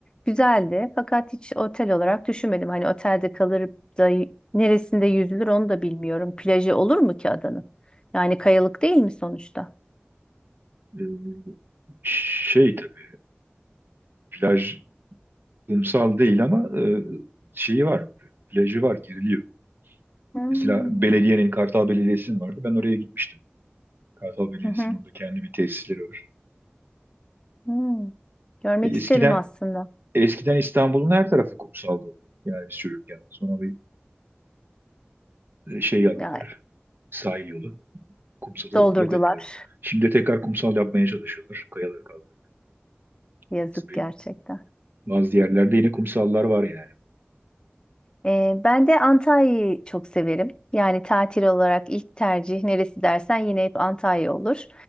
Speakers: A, on the left (about 20°); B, on the right (about 60°).
A: Güzeldi fakat hiç otel olarak düşünmedim. Hani otelde kalır da y- neresinde yüzülür onu da bilmiyorum. Plajı olur mu ki adanın? Yani kayalık değil mi sonuçta?
B: e, şey tabii plaj Kumsal değil ama e, şeyi var, plajı var, giriliyor.
A: Hmm.
B: Mesela belediyenin, Kartal Belediyesi'nin vardı. Ben oraya gitmiştim. Kartal Belediyesi'nin
A: Hı hı.
B: orada kendi bir tesisleri var.
A: Hmm, Görmek
B: E, eskiden
A: isterim aslında.
B: eskiden İstanbul'un her tarafı kumsaldı. Yani biz çocukken. Sonra bir e, şey yaptılar.
A: Ya,
B: Sahil yolu. Kumsalı
A: doldurdular.
B: yok ettiler. Şimdi tekrar kumsal yapmaya çalışıyorlar. Kayaları kaldırıp.
A: Yazık
B: Bazı,
A: gerçekten.
B: bazı yerlerde yine kumsallar var yani.
A: Ee, ben de Antalya'yı çok severim. Yani tatil olarak ilk tercih neresi dersen yine hep Antalya olur.